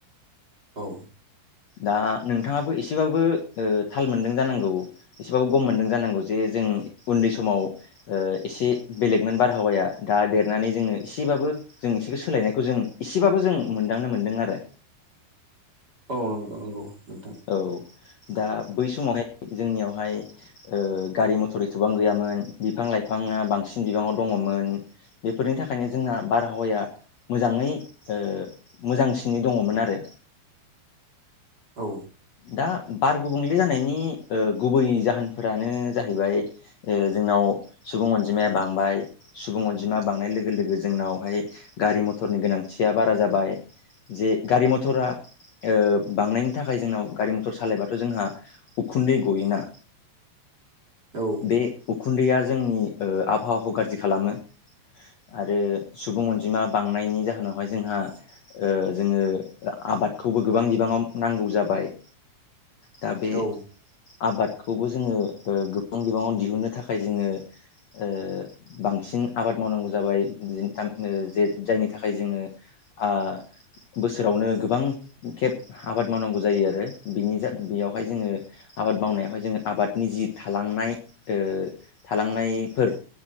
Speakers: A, on the right; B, on the left.
A: औ।
B: दा नोंथाङाबो एसेबाबो ओ‌ थाल मोनदों जानांगौ। एसेबाबो गम मोनदों जानांगौ जे जों उन्दै समाव ओ‌ एसे बेलेगमोन बारहावाया दा देरनानै जोङो एसेबाबो जों इसोरखौ सोलायनायखौ जों इसेबाबो जों मोनदांनो मोन्दों आरो।
A: औ नंगौ नंगौ नोंथां।
B: औ दा बै समावहाय जोंनियावहाय ओ गारि मथर एथ'बां गैयामोन बिफां लाइफाङा बांसिन बिबाङाव दङमोन बेफोरनि थाखायनो जोंना बारहावाया मोजाङै ओ मोजांसिनै दङमोन आरो।
A: औ।
B: दा बार गुबुंले जानायनि ओ गुबै जाहोनफोरानो जाहैबाय ओ‌जोंनाव सुबुं अनजिमाया बांबाय सुबुं अनजिमा बांनाय लोगो लोगो जोंनावहाय गारि मथरनि गोनांथिया बारा जाबाय जे गारि मथरा ओ बांनायनि बेनि थाखाय जोंनाव गारि मथर सालायबाथ' जोंहा उखुन्दै गयोना
A: औ
B: बे उखुन्दैया जोंनि ओ आबहावाखौ गाज्रि खालामो। आरो सुबुं अनजिमा बांनायनि जाहोनावहाय जोंहा ओ जोङो आबादखौबो गोबां बिबाङाव नांगौ जाबाय दा बे
A: औ
B: आबादखौबो जोङो ओ गोबां बिबाङाव दिहुननो थाखाय जोङो ओ बांसिन आबाद मावनांगौ जाबाय ओ जे जायनि थाखाय जोङो आ बोसोरावनो गोबां खेब आबाद मावनांगौ जायो आरो बिनि जा बेयावहाय जोङो आबाद मावनायावहाय जोङो आबादनि जि थालांनाय ओ थालांनायफोर